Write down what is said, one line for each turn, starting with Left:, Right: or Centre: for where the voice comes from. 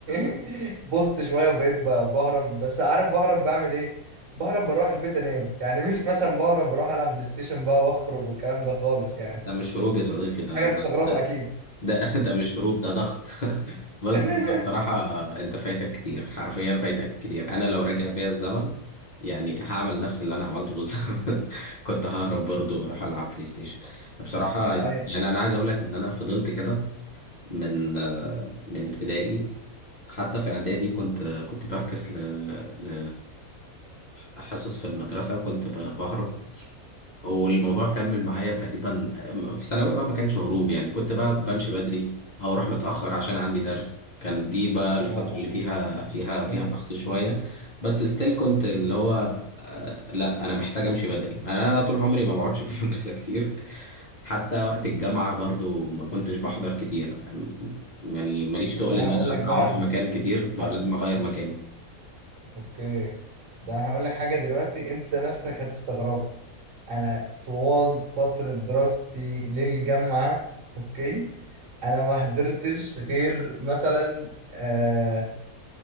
Right: <laughs> بصت شويه وبقيت ب- بهرب بس عارف بهرب بعمل ايه بهرب بروح البيت انام يعني مش مثلا بهرب بروح العب بلاي ستيشن بقى واخرج والكلام ده خالص يعني
Left: ده مش هروب يا صديقي ده
Right: حاجه
Left: ده
Right: تستغربها
Left: ده,
Right: اكيد
Left: ده, <laughs> ده مش هروب ده ضغط <laughs> بس
Right: <laughs>
Left: انت بصراحة انت فايتك كتير حرفيا فايتك كتير انا لو راجع بيا الزمن يعني هعمل نفس اللي انا عملته بالظبط <laughs> كنت ههرب برضو واروح العب بلاي ستيشن بصراحة
Right: يا اي
Left: يعني انا عايز اقول لك ان انا فضلت كده من من ابتدائي حتى في اعدادي كنت كنت بفكس ل ل لحصص في المدرسة وكنت ب- بهرب والموضوع كمل معايا تقريبا في ثانوية بقى ما كانش هروب يعني كنت بقى بمشي بدري او اروح متأخر عشان عندي درس كانت دي بقى الفترة
Right: اه
Left: اللي فيها فيها فيها
Right: فهمتك
Left: ضغط شوية بس ستيل كنت اللي هو آه، لا انا محتاج امشي بدري انا أنا طول عمري ما بقعدش في <laughs> المدرسة كتير حتى وقت الجامعة برضو ما كنتش بحضر كتير يعني ماليش
Right: طب
Left: تقل
Right: ده انا
Left: ان
Right: هقول لك
Left: انا
Right: بقى
Left: اقعد في مكان كتير بقى
Right: حد
Left: لازم اغير مكاني
Right: اوكي ده انا هقول لك حاجه دلوقتي انت نفسك هتستغربها انا طوال فتره دراستي للجامعه اوكي انا ما حضرتش غير مثلا آه،